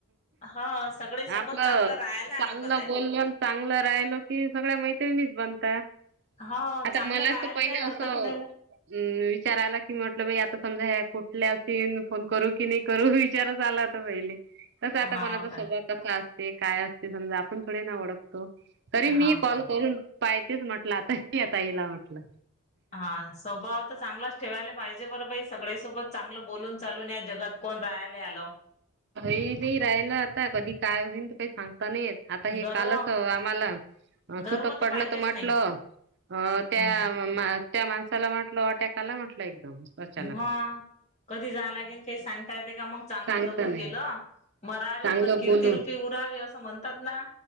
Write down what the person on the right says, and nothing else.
आपलं
चांगलं
बोलल, चांगलं राहिलो कि, सगळ्या मैत्रिणीच बनता त.
आता
मलाच
तो पाहिले
अस
अम्म, विचार आला कि, म्हटलं बाई आता समजा ह्या कुठल्या अस फोन करू की नाही करू विचारच आलात पहिले. कस आता कोणाचा
स्वभाव
कसा असते, काय असते, समजा आपण थोडी ना ओळखतो. तरी
मी कॉल
करून पाहितीच म्हटलं आता या ताईला म्हटलं.
हाई बाई, राहिलं आता कधी काय होईन ते काही सांगता नाहीे येत. आता हे
कालच आम्हाला
सुतक पडलं
तर म्हटलं,
अ
त्या- त्या माणसाला म्हटल अटॅकाला म्हटल एकदम. अचानकच.
सांगता
नाही
येत.
चांगलं
बोलून